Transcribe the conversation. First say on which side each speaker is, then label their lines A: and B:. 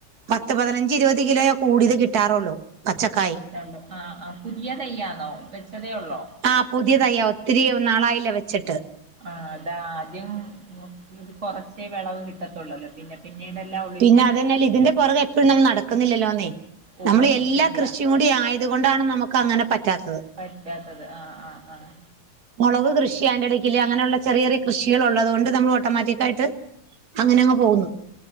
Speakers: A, on the right (about 55°); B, on the right (about 40°).
A: പത്ത് പതിനഞ്ച് ഇരുപത് കിലോയോ കൂടിയത് കിട്ടാറുള്ളൂ പച്ചക്കായി
B: <unintelligible> ആഹ് ആഹ് പുതിയ തയ്യാണോ വെച്ചതേ ഉള്ളോ?
A: ആഹ് പുതിയ തയ്യ ഒത്തിരി നാളായില്ല വെച്ചിട്ട്.
B: ആഹ്‌ അതാ ആദ്യം ഉം ഇത് കൊറച്ചേ വിളവ് കിട്ടത്തുള്ളല്ലോ പിന്നെ പിന്നീടെല്ലാ ഉ
A: പിന്നതെന്നല്ല ഇതിന്റെ പൊറകെ എപ്പഴും നമ്മൾ നടക്കുന്നില്ലല്ലോന്നേ
B: ഓ
A: നമ്മള്
B: അത്
A: എല്ലാ
B: ശരിയാ
A: കൃഷിയും കൂടി ആയത് കൊണ്ടാണ് നമുക്ക ങ്ങനെ പറ്റാത്തത്
B: പറ്റാത്തത് ആഹ് ആഹ് ആഹ്
A: മൊളവ് കൃഷി അയിന്റെടക്കില് അങ്ങനെയുള്ള ചെറിയ ചെറിയ കൃഷികളുള്ളതുകൊണ്ട് നമ്മൾ ഓട്ടോമാറ്റിക്കായിട്ട് അങ്ങനെ അങ്ങ് പോകുന്നു